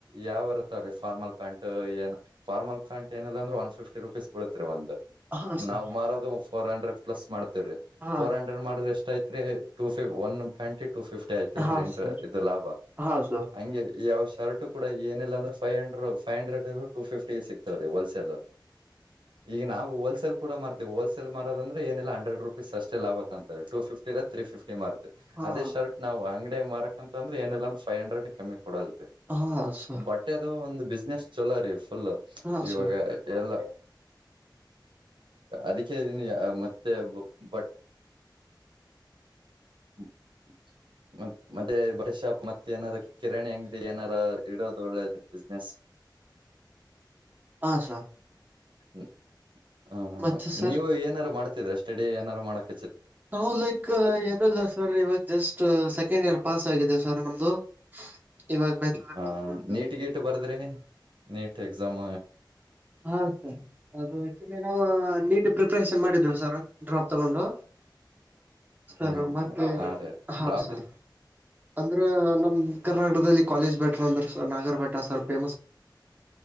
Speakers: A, on the right; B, on the right.
A: ಯಾವರ ತಗೋರೀ ಫಾರ್ಮಲ್ ಪ್ಯಾಂಟ್ ಏನ್ ಫಾರ್ಮಲ್ ಪ್ಯಾಂಟ್ ಏ ಏನಿಲ್ಲ ಅಂದ್ರೂ ಒನ್ ಫಿಫ್ಟಿ ರುಪೀಸ್ ಬೀಳತ್ರೀ ಒಂದು
B: ಹಾ ಸರ್
A: ನಾವು
B: ಹಾ ಸರ್
A: ಮಾರೋದು ಫೋರ್ ಹಂಡ್ರೆಡ್ ಪ್ಲಸ್ ಮಾಡ್ತವ್ರೀ
B: ಹಾ
A: ಫೋರ್ ಹಂಡ್ರೆಡ್ ಮಾಡದ್ರೇ ಎಷ್ಟ್ ಆಯ್ತ್ರಿ ಟೂ ಒನ್ ಪ್ಯಾಂಟ ಟೂ ಫಿಫ್ಟಿ ಆಯ್ತಿಲ್ಲ
B: ಹಾ
A: ರೀ
B: ಸರ್
A: ಇದು ಲಾಭ
B: ಹಾ ಸರ್
A: ಹಂಗೆ ಈ ಯಾವ್ ಶರ್ಟ ಕೂಡ ಏನಿಲ್ಲ ಅಂದ್ರ five hundred five hundred two ಫಿಫ್ಟಿಗೆ ಸಿಕ್ತಾವ ರೀ ಹೋಲ್ಸೆಲ್ ಈಗ ನಾವು ಹೋಲ್ಸೆಲ್ ಕೂಡ ಮಾರ್ತವಿ ಹೋಲ್ಸಲ್ ಮಾರದ ಅಂದ್ರೆ ಏನಿಲ್ಲ ಎರಡ್ ರುಪೀಸ್ ಅಷ್ಟೇ ಲಾಭ ತುಗೊಂತಾರೆ ಟೂ ಫಿಫ್ಟಿ ತ್ರೀ ಫಿಫ್ಟಿ ಮತ
B: ಹಾ
A: ಅದೇ ಶರ್ಟ್ ನಾವು ಅಂಗಡ್ಯಾಗ ಮಾರಕಂತ ಅಂದ್ರ ಏನಲ್ಲಂದ್ರ ಫೈವ್ ಹಂಡ್ರೆಡ್ ಕಮ್ಮಿ ಕೊಡಲ್ರೀ
B: ಹಾ ಸರ್
A: ಬಟ್ಟೆದು ಒಂದು ಬಿಸ್ನೆಸ್ ಚೊಲೋ ರೀ ಫುಲ್
B: ಹಾ
A: ಇವಾಗ
B: ಸರ್
A: ಎಲ್ಲ ಅದಕ್ಕೆ ಮತ್ತೆ ಬಟ್ <inaudible> ಮ ಮತ್ತೆ ಬಟ್ಟೆ ಶಾಪ್ ಮತ್ತೆ ಏನಾರ ಕಿರಣಿ ಅಂಗಡಿ ಏನಾರ ಇಡೋದು ಒಳ್ಳೇದು ಬಿಸ್ನೆಸ್
B: ಹಾ ಸಾರ್
A: ್ಮ ಹ್ಮ್
B: ಮತ್ತೆ ಸರ್
A: ನೀವು ಏನಾರು ಮಾಡ್ತಿದ್ರ ಸ್ಟಡಿ ಏನಾರು ಮಾಡಕ
B: ನಾ್ ಲೈಕ್ ಏನಿಲ್ಲ ಸರ್ ಇವಾಗ ಜಸ್ಟ್ ಸೆಕೆಂಡ್ ಇಯರ್ ಪಾಸ್ ಆಗಿದೆ ಸರ್ ನಮ್ದು ಇವಾಗ <unintelligible>
A: ಹ ನೀಟ್ ಗೀಟ್ ಬರ್ದ್ರಿ ನೀಟ್ ಎಕ್ಸಾಮ್
B: ಹಾ ಸರ್ ಅದು <unintelligible> ಪ್ರಿಪರೇಷನ್ ಮಾಡಿದ್ದವು ಸರ್ ಡ್ರಾಪ್ ತಗೊಂಡು ಸರ್
A: ಹ್ಮ್
B: ಮತ್ತೆ
A: ಹಾ ರೀ
B: ಹಾ
A: ಡ್ರಾಪ್ದ್ರಿ
B: ಸರ್ ಅಂದ್ರ ನಮ ಕರ್ನಾಟಕದಲ್ಲಿ ಕಾಲೇಜ್ ಬೆಟರ್ ಅಂದ್ರ ನಾಗರ್ ಬೆಟ್ಟ ಸರ್ ಫೇಮಸ್